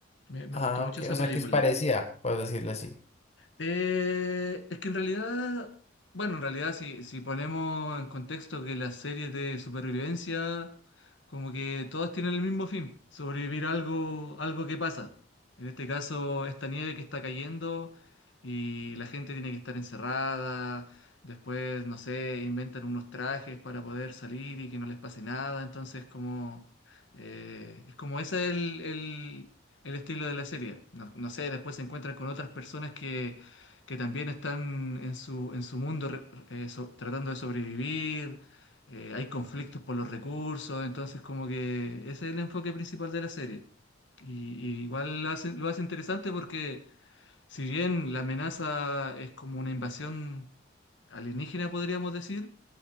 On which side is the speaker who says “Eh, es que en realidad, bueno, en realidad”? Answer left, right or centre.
Left